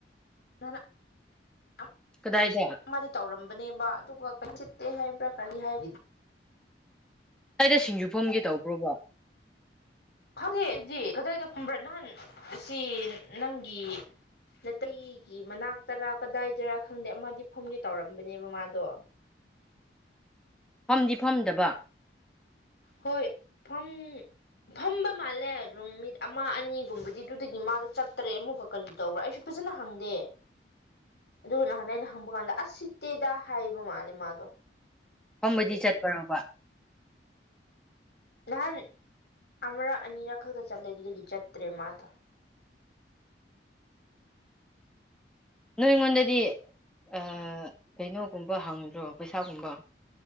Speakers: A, on the left (about 60°); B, in the centre.
A: ꯅꯍꯥꯟꯅ ꯑꯝ
B: ꯀꯗꯥꯏꯗ
A: ꯑꯃꯗꯤ ꯇꯧꯔꯝꯕꯅꯦꯕ ꯑꯗꯨꯒ ꯆꯠꯇꯦ ꯍꯥꯏꯕ꯭ꯔꯥ ꯀꯔꯤ ꯍꯥꯏ-
B: ꯀꯗꯥꯏꯗ ꯁꯤꯡꯖꯨꯐꯝꯒꯦ ꯇꯧꯕ꯭ꯔꯣꯕꯣ
A: ꯈꯪꯗꯦ ꯑꯗꯨꯗꯤ ꯀꯗꯥꯏꯗ ꯐꯨꯝꯕ꯭ꯔꯥ ꯅꯍꯥꯟ ꯁꯤ ꯅꯪꯒꯤ ꯅꯇꯩꯒꯤ ꯃꯅꯥꯛꯇꯔ ꯀꯗꯥꯏꯗꯔꯥ ꯈꯪꯗꯦ ꯑꯃꯗꯤ ꯐꯝꯒꯦ ꯇꯧꯔꯝꯕꯅꯦꯕ ꯃꯥꯗꯣ
B: ꯐꯝꯗꯤ ꯐꯝꯗꯕ
A: ꯍꯣꯏ ꯐꯝ ꯐꯝꯕ ꯃꯥꯜꯂꯦ ꯑꯗꯨꯝ ꯃꯤꯠ ꯑꯃ ꯑꯅꯤꯒꯨꯝꯕꯗꯤ ꯗꯨꯗꯩꯒꯤ ꯃꯥꯗꯣ ꯆꯠꯇꯔꯦ ꯑꯃꯨꯛꯀ ꯀꯔꯤ ꯇꯧꯕ꯭ꯔꯥ ꯑꯩꯁꯨ ꯐꯖꯅ ꯍꯪꯗꯦ ꯑꯗꯨꯒ ꯅꯍꯥꯟ ꯑꯩꯅ ꯍꯪꯕ ꯀꯥꯟꯗ ꯑꯁ ꯁꯤꯠꯇꯦꯗ ꯍꯥꯏꯕ ꯃꯥꯜꯂꯦ ꯃꯥꯗꯣ
B: ꯐꯝꯕꯗꯤ
A: ꯑꯗꯨꯒꯤ ꯑꯩꯁꯨ
B: ꯆꯠꯄꯔꯣꯕ
A: ꯅꯍꯥꯟ ꯑꯃꯔꯛ ꯑꯅꯤꯔꯛ ꯈꯛꯇ ꯆꯠꯂꯦ ꯑꯗꯨꯗꯩꯒꯤ ꯆꯠꯇ꯭ꯔꯦ ꯃꯥꯗꯣ
B: ꯅꯣꯏ ꯑꯩꯉꯣꯟꯗꯗꯤ ꯑꯑ ꯀꯩꯅꯣꯒꯨꯝꯕ ꯍꯪꯗ꯭ꯔꯣ ꯄꯩꯁꯥꯒꯨꯝꯕ